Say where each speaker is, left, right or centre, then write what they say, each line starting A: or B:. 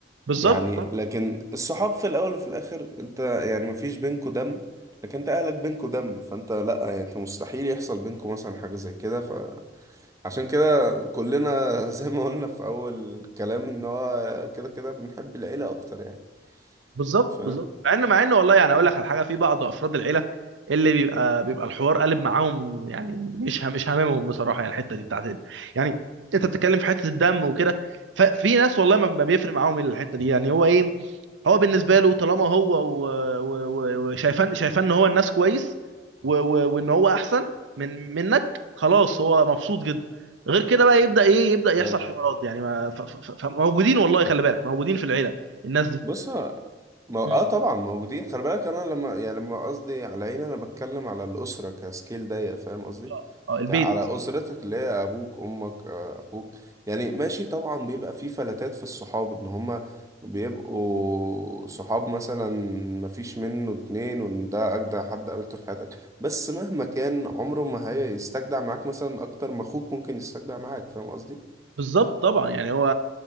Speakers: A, on the right; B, on the right.
A: بالظبط
B: يعني
A: طبعا
B: لكن الصحاب في الاول وفي الاخر انت يعني مفيش بينكوا دم لكن انت اهلك بينكوا دم فانت لا يعني انت مستحيل يحصل بينكوا مثلا حاجة زي كده فعشان كده كلنا <laughs> زي ما قلنا في اول الكلام ان هو كده كده بنحب العيلة اكتر يعني
A: بالظبط
B: فاهم
A: بالظبط مع ان مع ان والله يعني اقول لك على حاجه في بعض افراد العيله اللي بيبقى بيبقى الحوار قالب معاهم يعني مش ه- مش هاممهم بصراحه يعني الحته دي بتاعت يعني انت بتتكلم في حته الدم وكده ففي ناس والله ما ما بيفرق معاهم الحته دي يعني هو ايه هو بالنسبه له طالما هو و- و- و- وشايفان شايفان ان هو الناس كويس و- و- وان هو احسن من منك خلاص هو مبسوط جدا غير كده بقى يبدا ايه يبدا يحصل
B: أيوه.
A: حوارات يعني ما ف- ف- ف- موجودين والله خلي بالك موجودين في العيله الناس دي
B: بص ه- ما اه
A: مم.
B: طبعا موجودين خلي بالك انا لما يعني لما قصدي على عيلة انا بتكلم على الاسره كسكيل ضيق فاهم قصدي
A: اه آه، البيت
B: ك- على اسرتك اللي هي ابوك امك آه، اخوك يعني ماشي طبعا بيبقى في فلتات في الصحاب ان هما بيبقوا صحاب مثلا مفيش منه اتنين وان ده اجدع حد قابلته في حياتك بس مهما كان عمره ما هيستجدع معاك مثلا اكتر ما اخوك ممكن يستجدع معاك فاهم قصدي
A: بالظبط طبعا يعني هو